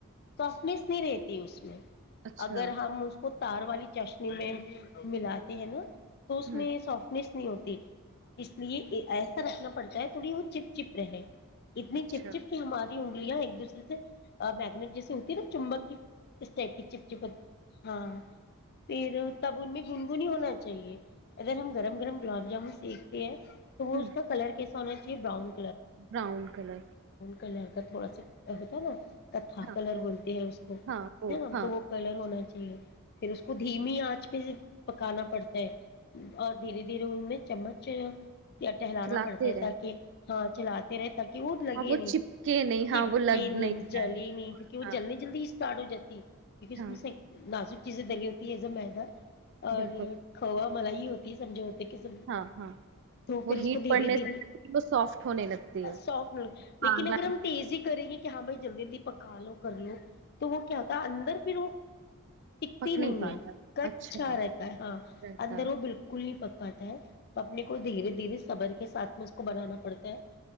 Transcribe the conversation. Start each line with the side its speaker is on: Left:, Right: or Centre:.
Left: سفمس نہیں رہتی اس میں
Right: اچھا
Left: اگر ہم اس کو تار والی چشنی میں ملاتے ہیں نا تو اس میں
Right: ہ
Left: سافٹنیس نہیں ہوتی اس لیے ایسا رکھنا پڑتا ہے تھوڑی وہ چپ چپ رہے اتنی
Right: اچھا
Left: چپ چپ کی ہماری انگلیاں ایک دوسرے سے اور میگنیٹ جیسی ہوتی نا چمبک کی اس ائپ کی چ چپ ہاں پھر تب ان میں گنگنی ہونا چاہیے ادگر ہم گرم گرم گلاب جامن سیکتے ہیں تو وہ
Right: ہ
Left: اس کا کلر کیس سو کی باؤن
Right: براؤن کلر
Left: کلاکت بچ ا ہوتا نا ہ
Right: ہاں
Left: کلر بولتے ہیں اس کو
Right: ہاں
Left: ہے ن
Right: ہاں
Left: تو وہ کلر ہو ہونا چاہیے پھر اس کو
Right: اچھا
Left: دھیمی آنچ پہ پکانا پڑتا ہے اور دھیرے دھیرے ان میں چمچ ٹہلانا
Right: چلاتے
Left: پڑتا ہے
Right: رہنا
Left: تاکہ ہاں چلاتتے رہتے ت کہ وہ لگے
Right: اور
Left: نہیں
Right: چپکے نہیں
Left: چپکی
Right: ہاں وہ لگ
Left: نہیں جل
Right: جائے
Left: ہی نہیں کیونکہ وہ
Right: ہاں
Left: جلدنی جلد اس چاڑو جاتتی کیونکہ اس
Right: ہاں
Left: سے لازک چیزیں دلی ہوتی ہے میدا اور
Right: بالکل
Left: یہ کھوا مل ہی ہوتی سمجے ہوتی س
Right: ہاں ہاں
Left: تو
Right: وہ
Left: پھر اس
Right: ہیٹ
Left: کو دھیرے
Right: پڑنے
Left: دھیرے
Right: سے وہ سافٹ ہونے لگتی ہے
Left: سافٹ مل لیکن
Right: ہاں
Left: اگر
Right: دال
Left: ہم تیزی کریں گے تو کیا بھائی جلدیی پکا لو کر لو تو وہ کیا ت اندر پھرو سکھتی
Right: پک
Left: نہیں
Right: پاتا
Left: ہے کچھا
Right: اچھا
Left: رہتا ہے ہاں
Right: رہتا
Left: اندر
Right: ہے
Left: وہ بالکل نہیں پکتا پاتا ہے تو اپنے کو دھیرے دھیر صبر کے ساتھ میں اس کو بنانا پڑتا ہے